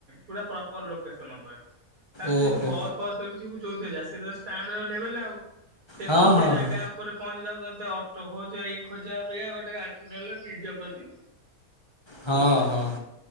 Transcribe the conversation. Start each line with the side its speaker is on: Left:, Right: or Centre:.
Right: ପୁରା ପ୍ର ପର ଲୋକେସନ ଉପରେ କାରଣ
Left: ଓହୋ
Right: ତୁ ଯଦି ବସ୍ ଫସ୍ ଯିବୁ ଯୋଉଥିରେ ତ ଷ୍ଟାଣ୍ଡ ରେ ଓହ୍ଲେଇବେ ନା ଆଉ ସେଠୁ
Left: ହଁ
Right: ସେ
Left: ହଁ
Right: ଜାଗା
Left: ହଁ
Right: ଉପରେ ପହଞ୍ଚିଲାକୁ ତତେ ଅଟୋ ଖୋଜ ଇ ଖୋଜିବା ଅପେକ୍ଷା ପାଇଁ ଗୋଟେ ଗାଡିଟେ ନେଇଗଲେ ନିଜ ପ୍ରତି
Left: ହଁ
Right: ସୁବିଧା।
Left: ହଁ